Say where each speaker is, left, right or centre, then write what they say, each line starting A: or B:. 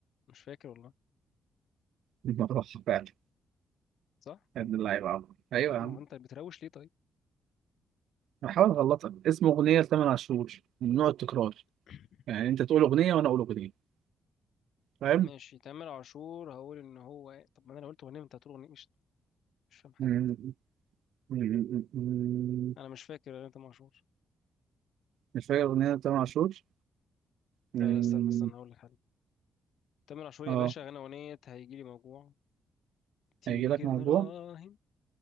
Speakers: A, on the left; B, on the right.
A: مش فاكر والله
B: دي مروحة فعلا
A: صح
B: يا
A: أيوة.
B: ابن اللعيبة يا عم ايوه
A: ما
B: يا عم
A: هو انت بتروش ليه طيب
B: بحاول اغلطك اسمه اغنية لتامر عاشور من نوع التكرار
A: <clears throat>
B: يعني انت تقول اغنية وانا اقول اغنية فاهم؟
A: ماشي تامر عاشور هقول ان هو إيه؟ طب ما انا لو قلت اغنيه انت هتقول اغنيه مش مش فاهم حاجه
B: م-
A: انت
B: م- م- م-
A: انا مش فاكر اغنيه تامر عاشور
B: مش فاكر اغنية لتامر عاشور؟ م-
A: لا لا استنى استنى هقول لك حاجه تامر عاشور يا
B: اه
A: باشا غنى اغنيه هيجيلي موجوع تيجي
B: هيجي لك موضوع
A: نراهن